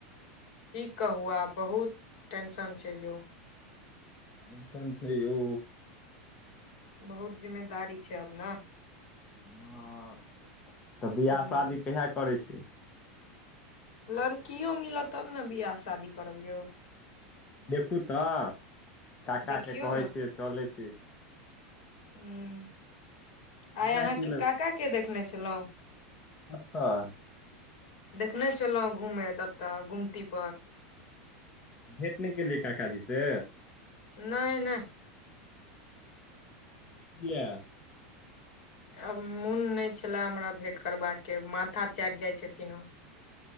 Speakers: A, on the left (about 65°); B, on the left (about 20°).
A: की कहु आब बहुत टेंशन छै यौ
B: टेंशन छै यौ
A: बहुत जिम्मेदारी छै अपना
B: हँ तऽ बियाह
A: ह
B: शादी कहिहा करै छी
A: लड़कियो मिलत तब ने बियाह शादी करब यौ
B: देखू तऽ काकाके
A: देखियौ
B: कहै
A: ने
B: छिय चलै छी
A: हुँ
B: केना
A: आइ अहाँके
B: की
A: काका के देखने छलहुँं
B: कतह
A: देखने छलहुँं घूम एतऽ गुमती पर
B: भेटने केलियै काका जी से
A: नहि नहि
B: किया
A: आब मोन नहि छले हमरा भेट करबाका के माथा चाटि जाय छथिन ओ